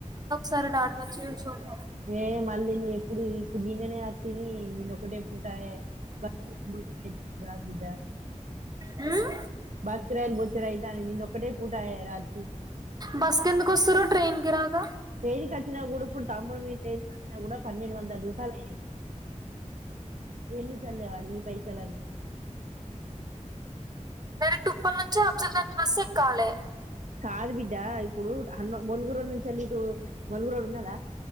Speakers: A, on the right; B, on the right.
A: సరే డాక్టర్ వచ్చిండు చూద్దాం
B: ఏ మళ్ళీ న ఎప్పుడు ఇప్పుడు నననే తిని నేను ఒకటే పుటా <unintelligible> బిడ్డ
A: హ్మ్
B: బర్త్డే లు బొచ్చడ అవుతాని నిన్న ఒక్కటే పూటా రాత్రి
A: బస్ కి ఎందుకు వస్తారు ట్రైన్ కి రాగా
B: తేలిక వచ్చినా ఉడుపుకుంట తమ్ముడు మీ తేలిక వచ్చినా కూడా పన్నెండు వందల రూపాయలు అయినాయి ఎన్ని చదివాలి పైసలన్ని
A: డైరెక్ట్ ఉప్పల్ నుంచే అబ్జల్గంజ్ బస్ ఎక్కాలే
B: కాదు బిడ్డ ఇప్పుడు హనుమ ములుగురు నుంచి ఎల్లిదు ములుగురోళ్ళు ఉన్నారా